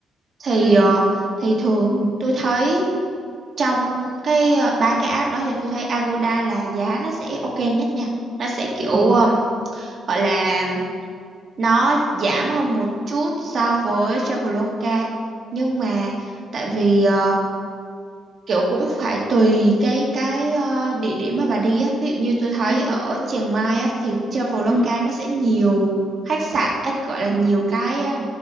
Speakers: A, on the right; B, on the right.
A: Thì
B: ừ,
A: ờ, thì thường tôi thấy trong cái ờ, ba cái app đó thì tôi thấy Agoda là giá nó sẽ ok nhất nha. Nó sẽ kiểu
B: ờ,
A: ờ, gọi là nó giảm hơn một chút so với Traveloka nhưng mà tại vì ờ, kiểu cũng phải tùy cái cái ờ, địa điểm mà bà đi á ví dụ như tôi thấy
B: ừ,
A: ở Chiang Mai á thì Traveloka
B: ừ,
A: nó sẽ nhiều khách sạn anh gọi là nhiều cái ờ,